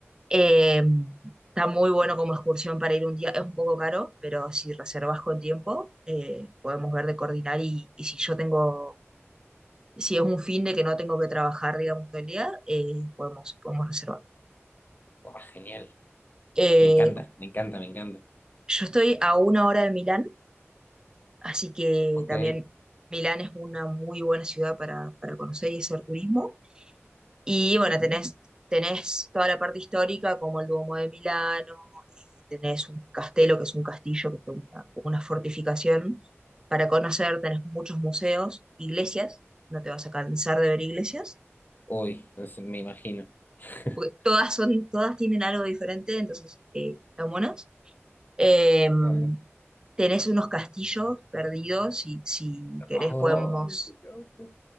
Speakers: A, on the right (about 15°); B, on the left (about 40°).
A: Eh, está muy bueno como excursión para ir un día, es un poco caro, pero si reservas con tiempo, eh, podemos ver de coordinar y, y si yo tengo, si es un fin de que no tengo que trabajar, digamos, todo el día, eh, podemos, podemos reservar.
B: Buah, genial.
A: Eh,
B: Me encanta, me encanta, me encanta.
A: yo estoy a una hora de Milán, así que
B: Ok.
A: también Milán es una muy buena ciudad para, para conocer y hacer turismo. Y bueno,
B: ujú.
A: tenés, tenés toda la parte histórica, como el Duomo de Milano, eh, tenés un castelo, que es un castillo, que es una, una fortificación para conocer, tenés muchos museos, iglesias, no te vas a cansar de ver iglesias,
B: Uy, no sé, me imagino. <laughs>
A: porque todas son, todas tienen algo diferente, entonces eh, están buenas. Eh,
B: Ah, Bueno.
A: tenés unos castillos perdidos, si, si querés
B: Ay,
A: podemos
B: qué loco.